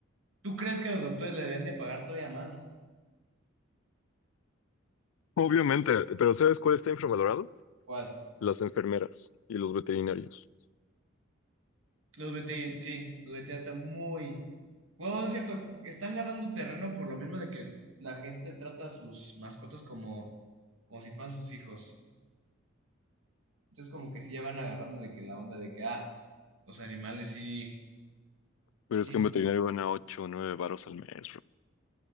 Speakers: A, on the right; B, on the left.
A: ¿Tú crees que los doctores le debían de pagar todavía más?
B: Obviamente, pero ¿sabes cuál está infravalorado?
A: ¿Cuál?
B: Las enfermeras y los veterinarios.
A: Los veterinarios, sí, los veterinarios están muy. Bueno, no es cierto, están ganando terreno por lo mismo de que la gente trata a sus mascotas como, como si fueran sus hijos. Entonces, como que sí ya van agarrando de que la onda de que, ah, Los animales sí,
B: Pero
A: sí.
B: es que en veterinario gana 8 o nueve varos al mes, bro.